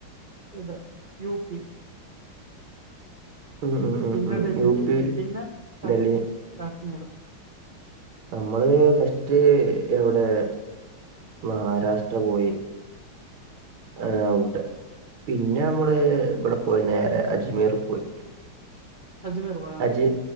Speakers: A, on the right; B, on the right.
A: ഇവിടെ യുപി
B: ഉം ഉം ഉം
A: പിന്നെ
B: ഉം
A: ഡൽഹി
B: യുപിയിൽ
A: പിന്നെ കാശ്
B: ഡൽഹി
A: കാശ്മീർ
B: നമ്മള് ഫസ്റ്റ് എവിടെ മഹാരാഷ്ട്ര പോയി ആഹ് അവ്ടെ പിന്നെയമ്മള് ഇവിടെ പോയി നേരെ അജ്മീറ് പോയി
A: അജ്മേറോ
B: അജ്